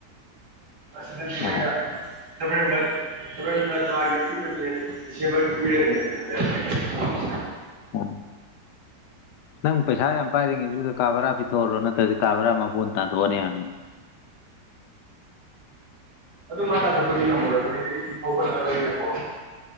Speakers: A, on the right; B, on the left.
A: ꯑꯁ
B: ꯑꯥ
A: <unintelligible> ꯅꯕꯦꯝꯕꯔ ꯅꯕꯦꯝꯕꯔ ꯊꯥꯒꯤ ꯄꯤꯔꯤꯕꯁꯦ ꯗꯤꯁꯑꯦꯕꯜ ꯄꯤꯔꯅꯤꯅ ꯈꯜꯂꯦ <unintelligible>
B: ꯎꯝ ꯅꯪ ꯄꯩꯁꯥ ꯌꯥꯝ ꯄꯥꯏꯔꯤꯉꯩꯗꯨꯗ ꯀꯥ ꯕꯔꯥ ꯄꯤꯊꯣꯛꯍꯧꯔꯣ ꯅꯠꯇ꯭ꯔꯗꯤ ꯀꯥ ꯕꯔꯥ ꯃꯄꯨꯟꯅ ꯇꯥꯟꯊꯣꯛꯑꯅꯤ ꯍꯥꯢꯕꯅꯤ
A: ꯑꯗꯨ ꯃꯥ ꯇꯥꯟꯊꯣꯛꯄꯗꯤ ꯉꯝꯃꯔꯣꯏ <unintelligible> <unintelligible> <unintelligible> ꯐꯧꯒꯠꯂꯛꯑꯕꯅꯤꯅꯀꯣ